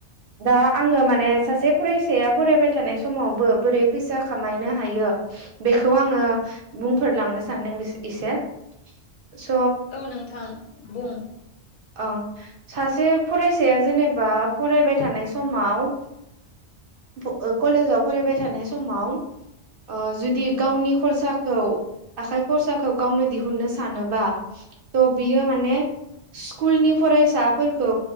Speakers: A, on the right (about 60°); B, on the left (about 55°).
A: दा आङो माने सासे फरायसाया फरायबाय थानाय समाव बो बोरै फैसा खामायनो हायो बेखौ आङो बुंफोरलांनो सानदों एसे। स'
B: औ नोंथां बुं।
A: औ सासे फरायसाया जेनेबा फरायबाय थानाय समाव फ ओ कलेजाव फरायबाय थानाय समाव ओ जुदि गावनि खरसाखौ आखाइ खरसाखौ गावनो दिहुननो सानोबा थ' बियो माने स्कुलनि फरायसाफोरखौ